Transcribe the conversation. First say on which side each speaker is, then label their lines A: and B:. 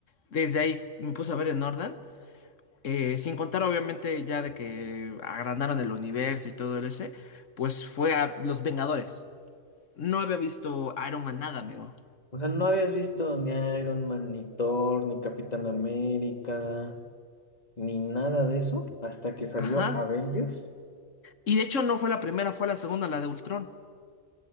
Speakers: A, on the left; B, on the left.
A: desde ahí me puse a ver en orden. Eh, sin contar, obviamente, ya de que agrandaron el universo y todo el ese, pues fue a Los Vengadores. No había visto Iron Man nada, amigo.
B: O sea, no habías visto ni Iron Man, ni Thor, ni Capitán América. ni nada de eso hasta que salió
A: Ajá.
B: Avengers
A: Y de hecho, no fue la primera, fue la segunda, la de Ultron.